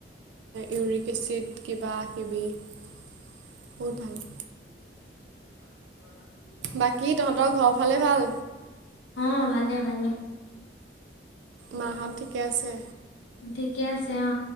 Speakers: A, on the right; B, on the left.
A: ইউৰিক এচিড কিবা কিবি বহুত ভাল।
B: <inaudible>
A: বাকী তহঁতৰ ঘৰৰ ফালে ভাল
B: অ ভালে ভালে।
A: মাহঁত ঠিকে আছে
B: ঠিকে আছে অ